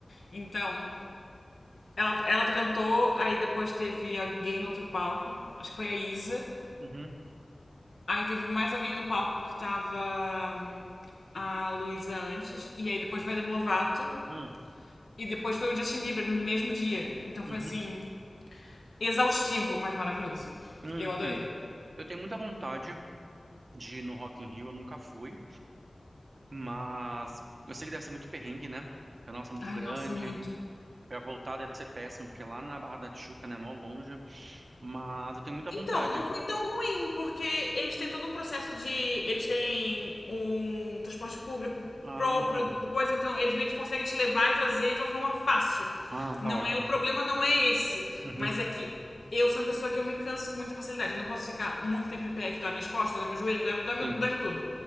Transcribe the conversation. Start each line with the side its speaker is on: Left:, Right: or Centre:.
Left: Então, ela, ela cantou, aí depois teve alguém no outro palco, acho que foi a Isa.
Right: uhum,
Left: Aí teve mais alguém no palco que tava hum, a Luísa antes, e aí depois foi a Demi Lovato,
Right: hum,
Left: e depois foi o Justin Bieber no mesmo dia. Então foi
Right: uhum,
Left: assim, exaustivo, mas maravilhoso.
Right: hum,
Left: Eu adorei.
Right: sim. Eu tenho muita vontade de ir no Rock in Rio, eu nunca fui, mas eu sei que deve ser muito perrengue, né? Porque, Nossa, é muito
Left: Ai,
Right: grande.
Left: nossa, muito.
Right: Pra voltar deve ser péssimo, porque é lá na Barra da Tijuca, né? Mó longe. Mas eu tenho muita
Left: Então,
Right: vontade.
Left: não foi tão ruim, porque eles têm todo um processo de. Eles têm um transporte público
Right: Ah,
Left: próprio, do coisa, então eles meio que conseguem te levar e trazer de uma forma fácil.
Right: ah,
Left: Não
Right: tá ótimo.
Left: é o problema, não é esse.
Right: Uhum,
Left: Mas é que eu sou uma pessoa que eu me canso com muita facilidade. Eu não posso ficar muito tempo em pé, que dói minhas costas, dói meu joelho, dói, dói,
Right: sim,
Left: dói tudo.